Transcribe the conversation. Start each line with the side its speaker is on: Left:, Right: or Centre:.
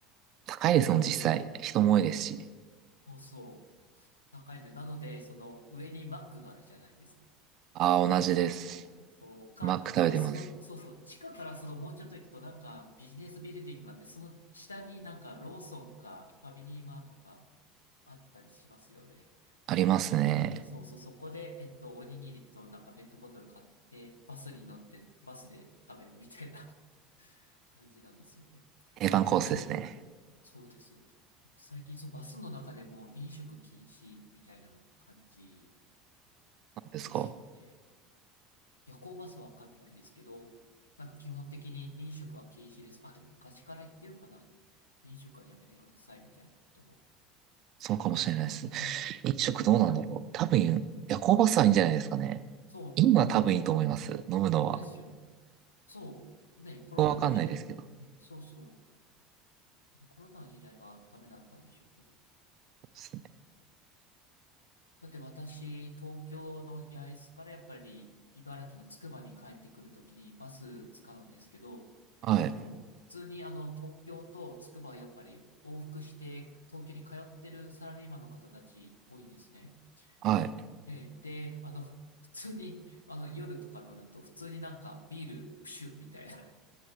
Right: 高いですもん、
Left: そ
Right: 実際。人も多いですし。
Left: う、そうそう、高いんで、なので、その上にマックがあるじゃないですか。
Right: ああ、同じです。
Left: そう、そうか、
Right: マック食べてます。
Left: あとその、そうそう、地下からそのもうちょっと行くとなんかビジネスビルディングがあって、その下になんかローソンかファミリーマートかあったりしますよね。
Right: ありますね。
Left: そ、そことか、そうそう、そこで、えっと、おにぎりとなんかペットボトル買って、バスに乗って、バスで食べるみたいな <laughs> 感じなんですよね。
Right: 定番コースですね。
Left: あ、でもそう、そうです。最近そのバスの中でも飲食禁止みたいな感じ
Right: なんですか
Left: ですよね。夜行バスはわからないんですけど、なんか基本的に飲食は禁止です。あ、でも昔から言ってるかな。飲食はやめてくださいみたいなことも。
Right: そうかもしれないです。
Left: うん。
Right: 飲食どうなんだろう。
Left: でもな、うん
Right: 多分、夜行バスはいいんじゃないですかね。
Left: そう、
Right: 今は多分いいと思います。
Left: 多分大丈夫。
Right: 飲むのは。
Left: そうですよね。
Right: こ
Left: そう。ね、コロナの時代、
Right: こはわかんないですけど。
Left: ね、そうそう。コロナの時代はダメだったんでしょうけど。
Right: そうですね
Left: だって私、東京の八重洲からやっぱり茨城のつくばに帰ってくるときにバス使うんですけど、
Right: はい。
Left: あの、普通にあの、東京と筑波はやっぱり往復して東京に通ってるサラリーマンの方たち多いんですね。
Right: はい。
Left: ええで、あの、普通に、あの、夜とか乗ると普通になんかビールプシュッみたいな、